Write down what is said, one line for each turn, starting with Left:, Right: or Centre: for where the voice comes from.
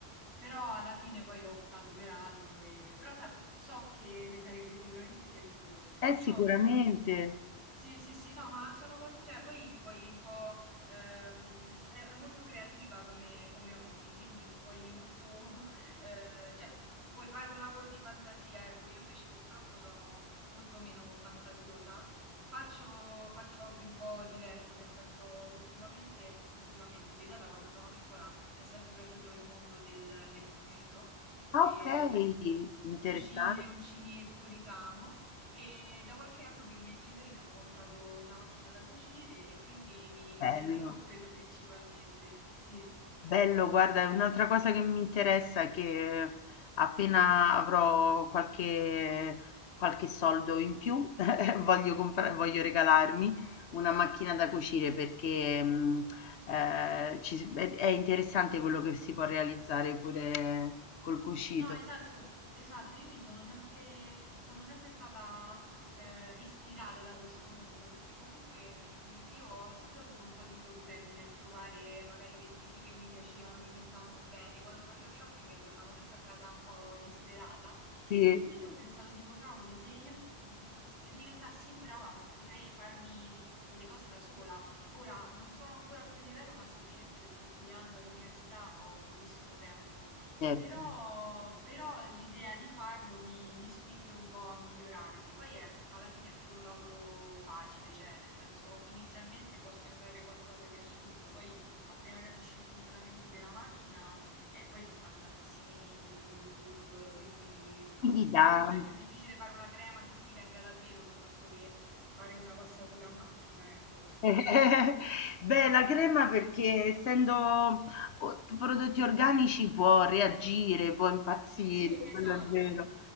Right: Però alla fine poi ho optato per altro, e... però sa- so che le sarebbe sicuramente piaciuto.
Left: Eh,
Right: Io
Left: sicuramente.
Right: mm, sì, sì, sì, no, ma sono cose, cioè poi ti puoi un po', ehm, è, è molto creativa come, come hobby, quindi ti puoi molto, <laughs> eh, cioè puoi fare un lavoro di fantasia, ecco, io invece purtroppo sono molto meno fantasiosa, faccio, faccio hobby un po' diversi, nel senso ultimamente, ultimamente, in verità da quando sono piccola mi è sempre piaciuto il mondo del, del cucito,
Left: Ah,
Right: e
Left: okay, interessante,
Right: cucire, uncinetto, ricamo. E da qualche anno che i miei genitori mi hanno comprato una macchina da cucire e quindi mi, mi
Left: bello.
Right: dedico a quello principalmente. Sì.
Left: Bello, guarda, è un'altra cosa che mi interessa è che eh, appena avrò qualche, qualche soldo in più, <laughs> voglio comprare, voglio regalarmi una macchina da cucire perché mh, eh, ci si- è, è interessante quello che si può realizzare pure col cucito.
Right: No, esatto, esatto, io mi sono sempre, sono sempre stata eh, ispirata da questo mondo, perché comunque mh, io ho sempre avuto un po' di problemi nel trovare magari vestiti che mi piacevano, che mi stavano bene. Quando facevo shopping tornavo sempre a casa un po' disperata
Left: Sì,
Right: e quindi ho pensato, dico, cavolo, se io div- se diventassi brava potrei farmi le cose da sola. Ora non sono ancora a quel livello, ma semplicemente perché studiando all'università ho pochissimo tempo
Left: certo.
Right: però, però l'idea di farlo mi, mi spinge un po' a migliorarmi. Poi è, alla fine è pure un lavoro facile, cioè nel senso inizialmente può sembrare qualcosa di assurdo, poi appena capisci il funzionamento della macchina, eh, poi ci stanno tantissimi video su YouTube, quindi mh,
Left: Quindi
Right: sì,
Left: da...
Right: secondo me è più difficile fare una crema che ti venga davvero piuttosto che fare una passatura a macchina, ecco.
Left: <laughs> Beh, la crema perché essendo o- prodotti organici può reagire, può impazzire,
Right: Sì, esatto.
Left: quello è vero.